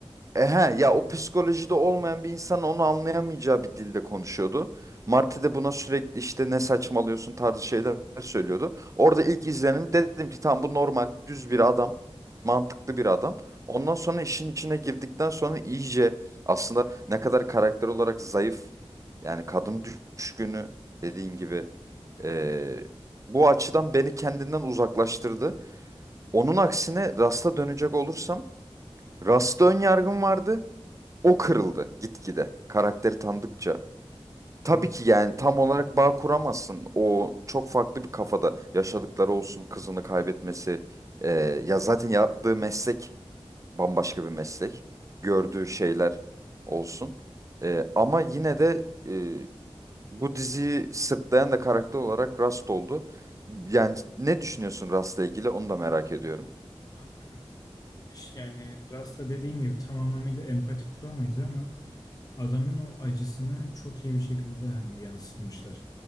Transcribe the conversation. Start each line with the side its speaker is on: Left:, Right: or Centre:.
Right: e he, ya o psikolojide olmayan bir insan onu anlayamayacağı bir dilde konuşuyordu. Marty de buna sürekli işte ne saçmalıyorsun tarzı şeyler söylüyordu. Orada ilk izlenim dedim ki tamam bu normal düz bir adam. Mantıklı bir adam. Ondan sonra işin içine girdikten sonra iyice aslında ne kadar karakter olarak zayıf yani kadın düşkünü dediğin gibi e, bu açıdan beni kendinden uzaklaştırdı. Onun aksine Rast'a dönecek olursam Rast'a ön yargım vardı o kırıldı gitgide karakteri tanıdıkça. Tabii
Left: Değil mi?
Right: ki yani tam olarak bağ kuramazsın. O çok farklı bir kafada yaşadıkları olsun kızını kaybetmesi. Ee, ya zaten yaptığı meslek bambaşka bir meslek. Gördüğü şeyler olsun. Ee, ama yine de e, bu diziyi sırtlayan da karakter olarak Rust oldu. Yani ne düşünüyorsun Rust'la ilgili onu da merak ediyorum.
Left: Kanka Rust bir şey yani Rust'a dediğin gibi tam anlamıyla empati kuramayız ama adamın o acısını çok iyi bir şekilde hani yansıtmışlar.